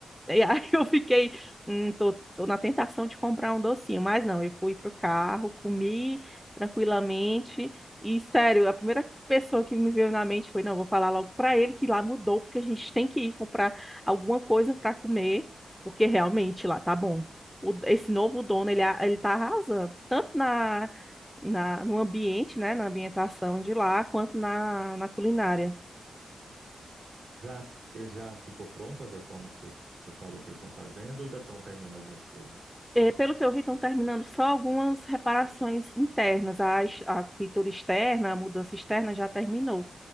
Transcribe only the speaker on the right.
Já, ele já ficou pronto as reformas que você você falou que eles estão fazendo ou ainda estão terminando algumas coisas?